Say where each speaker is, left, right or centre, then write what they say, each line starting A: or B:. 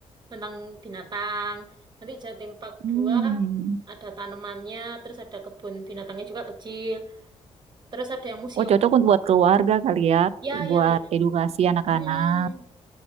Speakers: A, on the right; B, on the right.
A: tentang binatang. Nanti Jatim Park
B: Hmm.
A: 2 ada tanamannya, terus ada kebun binatangnya juga kecil. Terus ada yang museum.
B: Oh cocok untuk buat keluarga kali ya,
A: Ya, ya,
B: buat
A: ya.
B: edukasi anak-anak.
A: Mm.